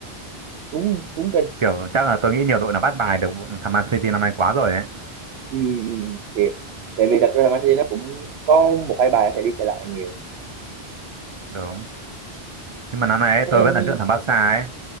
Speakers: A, on the right (about 80°); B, on the right (about 45°).
A: xuống xuống kinh
B: Kiểu chắc là tôi nghĩ nhiều đội nó bắt bài được thằng Man City năm nay quá rồi ấy.
A: ừ, ừ, ừ, thiệt tại vì thật ra là Man City nó cũng có một hai bài sẽ đi sẽ lại nhiều
B: Đúng. Nhưng mà năm nay ấy,
A: thế
B: tôi
A: nên
B: vẫn ấn tượng thằng Barca ấy.